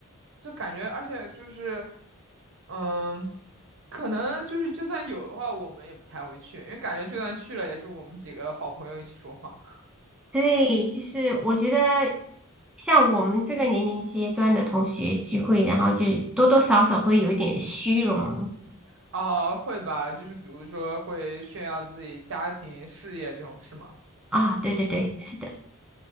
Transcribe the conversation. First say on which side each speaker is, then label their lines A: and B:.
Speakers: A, on the right; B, in the centre.
A: 就感觉，而且就是，嗯，可能就是就算有的话，我们也不太会去，因为感觉就算去了，也是我们几个好朋友一起说话。
B: 对，就是我觉得像我们这个年龄阶段的同学聚会，然后就多多少少会有一点虚荣
A: <laughs> 啊，会吧，就是比如说会炫耀自己家庭、事业这种事吗？
B: 啊。对对对，是的。